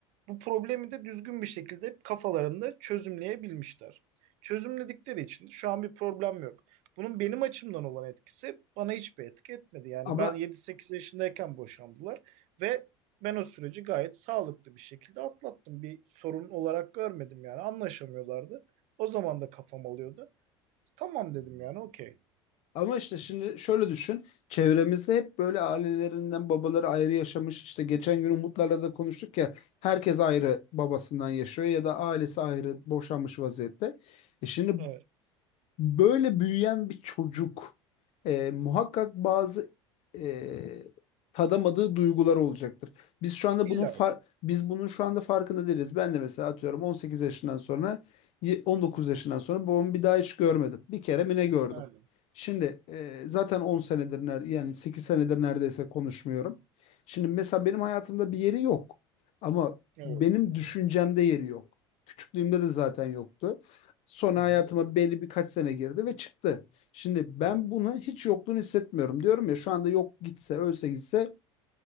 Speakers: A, on the right; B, on the left.
A: Bu problemi de düzgün bir şekilde kafalarında çözümleyebilmişler. Çözümledikleri için de şu an bir problem yok. Bunun benim açımdan olan etkisi bana hiçbir etki etmedi. Yani
B: Ama
A: ben 7-8 yaşındayken boşandılar ve ben o süreci gayet sağlıklı bir şekilde atlattım. Bir sorun olarak görmedim yani anlaşamıyorlardı. O zaman da kafam alıyordu. Tamam dedim yani okey.
B: Ama işte şimdi şöyle düşün. Çevremizde hep böyle ailelerinden babaları ayrı yaşamış. İşte geçen gün Umutlarla da konuştuk ya. Herkes ayrı babasından yaşıyor ya da ailesi ayrı boşanmış vaziyette. E şimdi
A: Evet.
B: böyle büyüyen bir çocuk e, muhakkak bazı e, tadamadığı duygular olacaktır. Biz şu anda
A: İlla
B: bunun far-
A: ki.
B: biz bunun şu anda farkında değiliz. Ben de mesela atıyorum 18 yaşından sonra y- 19 yaşından sonra babamı bir daha hiç görmedim. Bir kere mi ne gördüm?
A: Yani.
B: Şimdi e, zaten 10 senedir ner- yani 8 senedir neredeyse konuşmuyorum. Şimdi mesela benim hayatımda bir yeri yok. Ama
A: Evet.
B: benim düşüncemde yeri yok. Küçüklüğümde de zaten yoktu. Sonra
A: Hı hı.
B: hayatıma belli birkaç sene girdi ve çıktı. Şimdi ben
A: Evet.
B: bunu hiç yokluğunu hissetmiyorum. Diyorum ya şu anda yok gitse, ölse gitse